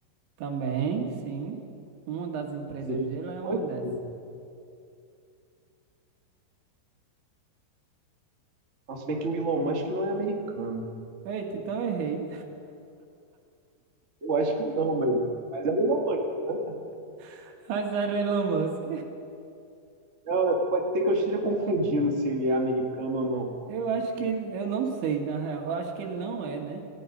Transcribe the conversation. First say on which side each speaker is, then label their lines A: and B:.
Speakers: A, on the right; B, on the right.
A: Também, sim. Uma das empresas
B: Seria.
A: dele é uma
B: o Elon
A: dessas.
B: Musk? Não, se bem que o Elon Musk não é americano.
A: Eita, então eu errei.
B: Eu acho que não, mas, mas é o Elon Musk, né?
A: <laughs> Mas era o Elon Musk.
B: É, pode ser que eu esteja confundindo se ele é americano ou não.
A: Eu acho que ele. Eu não sei, na real. Eu acho que ele não é, né?